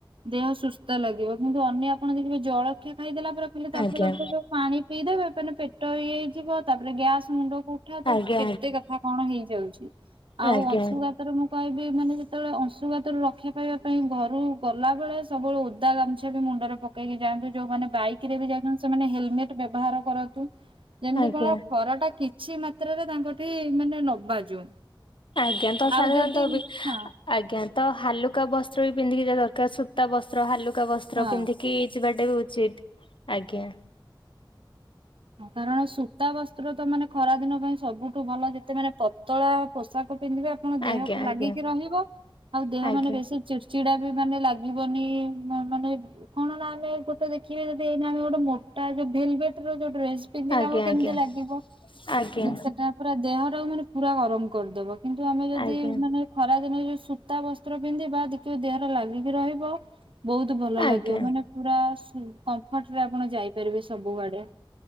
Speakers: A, on the right; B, on the left.
A: ଦେହ ସୁ ସୁସ୍ଥ ଲାଗିବ କିନ୍ତୁ ଅନ୍ୟ ଆପଣ ଦେଖିବେ ଜଳଖିଆ ଖାଇଦେଲା ପରେ କହିଲେ ତାପରେ
B: ଆଜ୍ଞା
A: ତାପରେ ଯୋଉ ପାଣି ପିଇଦେବେ ଏ ପେଟ ଇଏ ହେଇଯିବ ତାପରେ ଗ୍ୟାସ ମୁଣ୍ଡ କୁ ଉଠା ତ
B: ଆଜ୍ଞା ଆଜ୍ଞା
A: କେତେ କଥା କଣ ହେଇଯାଉଛି ଆଉ
B: ଆଜ୍ଞା
A: ଅଂଶୁଘା ତରେ ମୁଁ କହିବି ମାନେ ଯେତେବେଳେ ଅଂଶୁଘାତରୁ ରକ୍ଷା ପାଇବା ପାଇଁ ଘରୁ ଗଲାବେଳେ ସବୁବେଳେ ଓଦା ଗାମୁଛା ବି ମୁଣ୍ଡରେ ପକେଇ ଯାଆନ୍ତୁ ଯୋଉମାନେ ବାଇକରେ ବି ଯାଉଛନ୍ତି ସେମାନେ ହେଲମେଟ ବ୍ୟବହାର କରନ୍ତୁ ଯେମିତି
B: ଆଜ୍ଞା ଆଜ୍ଞା ଆଜ୍ଞା
A: କଣ ଖରା ଟା କିଛି ମାତ୍ରାରେ ତାଙ୍କଠି ମାନେ ନ ବାଜୁ।
B: ଆଜ୍ଞା ତ
A: ଆଉ
B: ସାଧାରଣତଃ
A: ଯଦି
B: ବି
A: ହଁ
B: ଆଜ୍ଞା ତ ହାଲୁକା ବସ୍ତ୍ର ବି ପିନ୍ଧିକି ଯିବା ଦରକାର ସୂତା ବସ୍ତ୍ର ହାଲୁକା ବ। ସ୍ତ୍ର
A: ହଁ
B: ପିନ୍ଧିକି ଯିବାଟା ବି ଉଚିତ ଆଜ୍ଞା।
A: କାରଣ ସୂତା ବସ୍ତ୍ର ତ ମାନେ ଖରା ଦିନ ପାଇଁ ସବୁଠୁ ଭଲ ଯେତେ ମାନେ ପତଳା ପୋଷାକ ପିନ୍ଧିବେ ଆପଣ ଦେହକୁ
B: ଆଜ୍ଞା ଆଜ୍ଞା
A: ଲାଗିକି ରହିବ ଆଉ ଦେହ
B: ଆଜ୍ଞା
A: ମାନେ ବେଶୀ ଚିଡ଼ଚିଡା ବି ମାନେ ଲାଗିବନି ମାନେ କଣ ନା ଆମେ ଗୋଟେ ଦେଖିବେ ଯଦି ଏଇନା ଆମେ ଗୋଟେ ମୋଟା ଯୋଉ ଭେଲଭେଟର ଯୋଉ ଡ୍ରେସ ପିନ୍ଧିଲା
B: ଆଜ୍ଞା
A: ବେଳକୁ କେମିତି ଲାଗିବ
B: ଆଜ୍ଞା ଆଜ୍ଞା
A: ସେଟା ପୁରା ଦେହ ଟାକୁ ମାନେ ପୁରା ଗରମ କରିଦବ କିନ୍ତୁ ଆମେ ଯଦି
B: ଆଜ୍ଞା
A: ମାନେ ଖରା ଦିନ ଯୋଉ ସୂତା ବସ୍ତ୍ର ପିନ୍ଧିବା ଦେଖିବ ଦେହରେ ଲାଗିକି ରହିବ। ବହୁତ ଭଲ
B: ଆଜ୍ଞା
A: ଲାଗିବ ମାନେ ପୁରା କମ୍ଫର୍ଟ ରେ ଆପଣ ଯାଇପାରିବେ ସବୁଆଡେ।